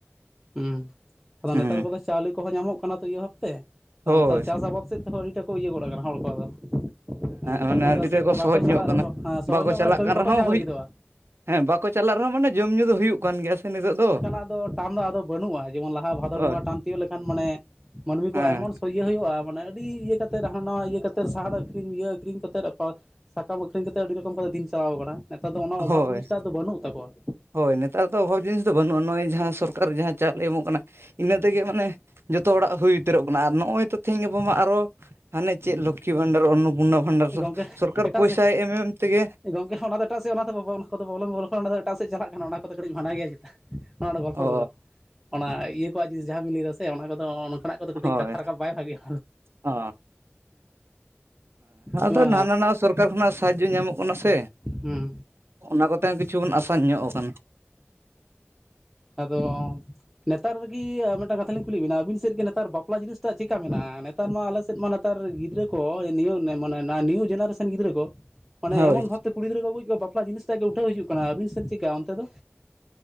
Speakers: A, in the centre; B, on the right.
A: ᱦᱩᱸ ᱟᱫᱚ
B: ᱦᱮᱸ
A: ᱱᱮᱛᱟᱨ ᱠᱚᱫᱚ ᱪᱟᱣᱞᱮ ᱠᱚᱦᱚᱸ ᱧᱟᱢᱚᱜ ᱦᱩᱭᱩᱜ ᱠᱟᱱᱟ ᱛᱚ ᱤᱭᱟᱹ ᱵᱷᱟᱵᱛᱮ ᱟᱫᱚ
B: ᱦᱳᱭ
A: ᱱᱮᱛᱟᱨ ᱪᱟᱥ ᱟᱵᱟᱫ ᱥᱮᱫ ᱛᱮᱦᱚᱸ ᱟᱹᱰᱤᱴᱟ ᱠᱚ ᱤᱭᱟᱹ ᱜᱚᱫ ᱟᱠᱟᱱᱟ ᱦᱚᱲ ᱠᱚ ᱟᱫᱚ᱾ ᱦᱮᱸ ᱠᱟᱹᱢᱤ
B: ᱢᱟᱱᱮ ᱟᱹᱰᱤ
A: ᱫᱚ
B: ᱛᱮᱫ
A: ᱥᱮᱫ
B: ᱠᱚ
A: ᱫᱚ
B: ᱥᱚᱦᱚᱡᱽ
A: ᱵᱟᱠᱚ ᱪᱟᱞᱟᱜ
B: ᱧᱚᱜ ᱠᱟᱱᱟ
A: ᱨᱮᱦᱚᱸ ᱦᱮᱸ ᱥᱚᱦᱚ
B: ᱵᱟᱠᱚ
A: ᱧᱚᱜ
B: ᱪᱟᱞᱟᱜ
A: ᱠᱟᱱᱟ ᱠᱟᱹᱢᱤ
B: ᱠᱟᱱ
A: ᱵᱟᱠᱚ
B: ᱨᱮᱦᱚᱸ
A: ᱪᱟᱞᱟᱜ
B: ᱦᱩᱭ
A: ᱞᱟᱹᱜᱤᱫᱚᱜᱼᱟ।
B: ᱦᱮᱸ ᱵᱟᱠᱚ ᱪᱟᱞᱟᱜ ᱨᱮᱦᱚᱸ ᱢᱟᱱᱮ ᱡᱚᱢ ᱧᱩᱸ ᱫᱚ ᱦᱩᱭᱩᱜ ᱠᱟᱱ ᱜᱮᱭᱟ ᱥᱮ ᱱᱤᱛᱚᱜ ᱫᱚ।
A: ᱟᱫᱚ ᱴᱟᱢ ᱫᱚ ᱟᱫᱚ ᱵᱟᱹᱱᱩᱜᱼᱟ ᱡᱮᱢᱚᱱ ᱞᱟᱦᱟ ᱵᱷᱟᱫᱚᱨ
B: ᱦᱳᱭ
A: ᱵᱚᱸᱜᱟ ᱴᱟᱱ ᱛᱤᱭᱳᱜ ᱞᱮᱠᱷᱟᱱ ᱢᱟᱱᱮ ᱢᱟᱹᱱᱢᱤ ᱠᱚ
B: ᱦᱮᱸ
A: ᱮᱢᱚᱱ ᱥᱚᱭᱭᱟᱹ ᱦᱩᱭᱩᱜᱼᱟ ᱢᱟᱱᱮ ᱟᱹᱰᱤ ᱤᱭᱟᱹ ᱠᱟᱛᱮᱫ ᱦᱟᱱᱟ ᱱᱟᱣᱟ ᱤᱭᱟᱹ ᱠᱟᱛᱮᱫ ᱥᱟᱦᱟ ᱟᱹᱠᱷᱨᱤᱧ ᱠᱟᱛᱮᱫ ᱟᱨ ᱥᱟᱠᱟᱢ ᱟᱹᱠᱷᱨᱤᱧ ᱠᱟᱛᱮᱫ ᱟᱹᱰᱤ ᱨᱚᱠᱚᱢ ᱫᱤᱱ ᱪᱟᱞᱟᱣ ᱟᱠᱟᱱᱟ ᱱᱮᱛᱟᱨ ᱫᱚ ᱚᱱᱟ ᱚᱵᱷᱟᱵᱽ
B: ᱦᱳᱭ
A: ᱡᱤᱱᱤᱥᱴᱟᱜ ᱫᱚ ᱵᱟᱹᱱᱩᱜ ᱛᱟᱠᱚᱣᱟ।
B: ᱦᱳᱭ ᱱᱮᱛᱟᱨ ᱫᱚ ᱚᱵᱷᱟᱵᱽ ᱡᱤᱱᱤᱥ ᱫᱚ ᱵᱟᱹᱱᱩᱜᱼᱟ ᱱᱚᱜᱼᱚᱭ ᱡᱟᱦᱟᱸ ᱥᱚᱨᱠᱟᱨ ᱡᱟᱦᱟᱸ ᱪᱟᱣᱞᱮ ᱮᱢᱚᱜ ᱠᱟᱱᱟ ᱤᱱᱟᱹ ᱛᱮᱜᱮ ᱢᱟᱱᱮ ᱡᱚᱛᱚ ᱦᱚᱲᱟᱜ ᱦᱩᱭ ᱩᱛᱟᱹᱨᱚᱜ ᱠᱟᱱᱟ ᱟᱨ ᱱᱚᱜᱼᱚᱭ ᱛᱚ ᱛᱮᱦᱤᱧ ᱜᱟᱯᱟ ᱢᱟ ᱟᱨᱚ ᱦᱟᱱᱮ ᱪᱮᱫ ᱞᱚᱠᱠᱷᱤ ᱵᱷᱟᱱᱰᱟᱨ ᱚᱱᱚᱯᱩᱨᱱᱱᱟ ᱵᱷᱟᱱᱰᱟᱨ
A: ᱜᱚᱢᱠᱮ
B: ᱫᱚ ᱥᱚᱨᱠᱟᱨ
A: ᱮᱴᱟᱜ
B: ᱯᱚᱭᱥᱟᱭ
A: ᱥᱮᱫ
B: ᱮᱢ ᱮᱢ ᱛᱮᱜᱮ
A: ᱜᱚᱝᱠᱮ ᱚᱱᱟ ᱫᱚ ᱚᱱᱟ ᱫᱚ ᱮᱴᱟᱜ ᱥᱮᱡ ᱚᱱᱟ ᱫᱚ ᱵᱟᱚᱞᱝ ᱜᱚᱞᱯᱚ ᱚᱱᱟ ᱫᱚ ᱮᱴᱟᱜᱮᱫ ᱪᱟᱞᱟᱜ ᱠᱟᱱᱟ ᱚᱱᱟ ᱠᱚᱫᱚ ᱠᱟᱹᱴᱤᱡ ᱢᱟᱱᱟ ᱜᱮᱭᱟ। ᱚᱱᱟ ᱜᱚᱞᱯᱷᱚ
B: ᱚ
A: ᱠᱚᱫᱚ ᱚᱱᱟ ᱤᱭᱟᱹ ᱠᱚᱣᱟᱜ ᱡᱤᱱᱤᱥ ᱡᱟᱦᱟᱸ ᱵᱤᱱ ᱞᱟᱹᱭ ᱫᱟ ᱥᱮ ᱚᱱᱟ ᱠᱚᱫᱚ ᱚᱱᱠᱟᱱᱟᱜ ᱠᱚᱫᱚ ᱠᱟᱹᱴᱤᱡ
B: ᱦᱳᱭ
A: ᱠᱟᱛᱷᱟ ᱨᱟᱠᱟᱵ ᱵᱟᱭ ᱵᱷᱟᱜᱮᱭᱟ।
B: ᱚ
A: ᱱᱚᱣᱟ
B: ᱦᱟᱱᱟ ᱱᱟᱣᱟ ᱥᱚᱨᱠᱟᱨ ᱠᱷᱚᱱᱟᱜ ᱥᱟᱦᱟᱡᱡᱚ ᱧᱟᱢᱚᱜ ᱠᱟᱱᱟ ᱥᱮ।
A: ᱦᱩᱸ
B: ᱚᱱᱟ ᱠᱚᱛᱮ ᱦᱚᱸᱚᱸ ᱠᱤᱪᱷᱩ ᱵᱚᱱ ᱟᱥᱟᱱ ᱧᱚᱜ ᱟᱠᱟᱱᱟ।
A: ᱟᱫᱚ, ᱱᱮᱛᱟᱨ ᱨᱤᱜᱤ ᱢᱤᱫᱴᱟᱝ ᱠᱟᱛᱷᱟ ᱞᱤᱧ ᱠᱩᱞᱤᱭᱮᱫ ᱵᱤᱱᱟ ᱟᱹᱵᱤᱱ ᱥᱮᱫ ᱜᱮ ᱱᱮᱛᱟᱨ ᱵᱟᱯᱞᱟ ᱡᱤᱱᱤᱥᱴᱟ ᱪᱮᱫᱮᱠᱟ ᱢᱮᱱᱟᱜᱼᱟ ᱱᱮᱛ ᱱᱮᱛᱟᱨ ᱢᱟ ᱟᱞᱮ ᱥᱮᱫ ᱢᱟ ᱱᱮᱛᱟᱨ ᱜᱤᱫᱽᱨᱟᱹ ᱠᱚ ᱢᱟᱱᱮ ᱱᱤᱭᱩ ᱡᱮᱱᱟᱨᱮᱥᱮᱱ ᱠᱚ ᱢᱟᱱᱮ
B: ᱦᱳᱭ
A: ᱮᱢᱚᱱ ᱵᱷᱟᱵᱛᱮ ᱠᱩᱲᱤ ᱜᱤᱫᱽᱨᱟᱹ ᱠᱚ ᱵᱟᱯᱞᱟᱜ ᱡᱤᱱᱤᱥ ᱴᱟᱜ ᱜᱮ ᱩᱴᱷᱟᱹᱣ ᱦᱤᱡᱩᱜ ᱠᱟᱱᱟ ᱟᱵᱤᱱ ᱥᱮᱫ ᱪᱤᱜᱠᱟ ᱚᱱᱛᱮ ᱫᱚ?